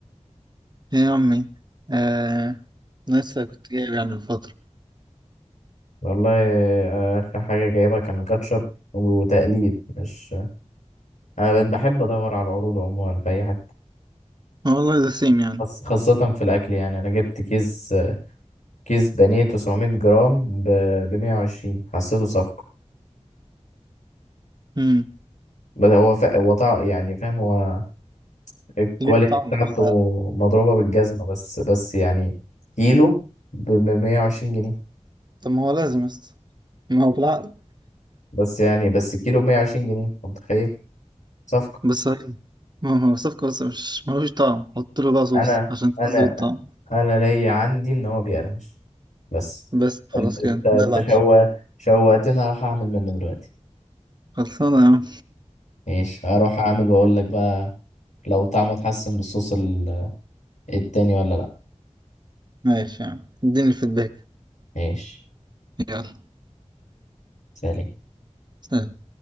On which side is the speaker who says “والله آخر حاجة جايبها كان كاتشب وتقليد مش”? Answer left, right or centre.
Left